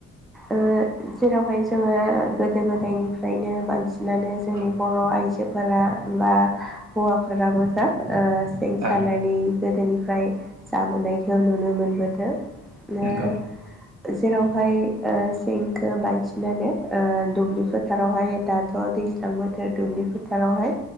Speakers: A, in the centre; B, on the right (about 70°).
A: ओ जेरावहाय जोङो गोदो गोदायनिफ्राय बांसिनानो जोंनि
B: औ
A: बर' आइजोफोरा बा हौवाफोराबो जा ओ सेन सानानै
B: औ
A: गोदोनिफ्राय जाबोनायखौ नुनो मोनबोदों। ओ
B: नंगौ
A: जेरावहाय ओ सेंखौ बांसिनानो दुब्लि फोथारावहाय दा थ दैज्लां बोथोर दुब्लि फोथारावहाय